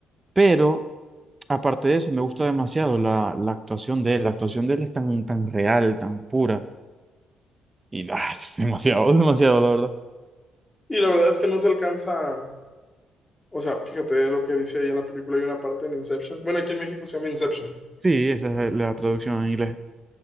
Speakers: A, on the right (about 20°); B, on the left (about 20°).
A: Pero aparte de eso, me gusta demasiado la, la actuación de él. La actuación de él es tan, tan real, tan pura. Y ah, es demasiado, <laughs> demasiado, la verdad.
B: Y la verdad es que no se alcanza, o sea, fíjate lo que dice ahí en la película, hay una parte en Inception. Bueno, aquí en México se llama Inception.
A: Sí, esa es la traducción en inglés.